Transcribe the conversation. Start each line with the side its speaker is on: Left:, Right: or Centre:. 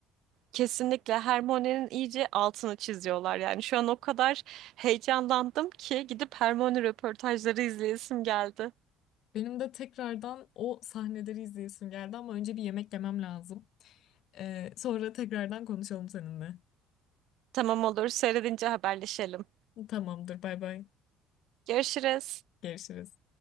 Right: Kesinlikle Hermione'nin iyice altını çiziyorlar. Yani şu an o kadar heyecanlandım ki gidip Hermione röportajları izleyesim geldi.
Left: Benim de tekrardan o sahneleri izleyesim geldi ama önce bir yemek yemem lazım. Ee, sonra tekrardan konuşalım seninle.
Right: Tamam olur, seyredince haberleşelim.
Left: Tamamdır bay bay.
Right: Görüşürüz.
Left: Görüşürüz.